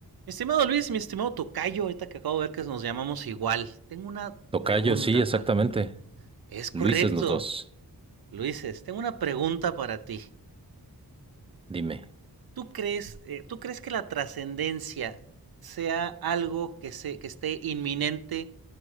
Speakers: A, on the right (about 65°); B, on the right (about 15°).
A: Mi estimado Luis, mi estimado Tocayo, ahorita que acabo de ver que nos llamamos igual, tengo una
B: Tocayo,
A: pregunta
B: sí, exactamente.
A: para... Es
B: Luises
A: correcto,
B: los dos.
A: Luises, tengo una pregunta para ti.
B: Dime.
A: ¿Tú crees, eh, ¿tú crees que la trascendencia sea algo que, se, que esté inminente